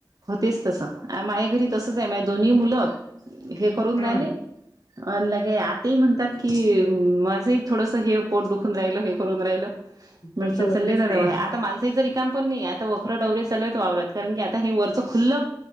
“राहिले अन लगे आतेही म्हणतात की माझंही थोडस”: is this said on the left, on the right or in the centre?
Right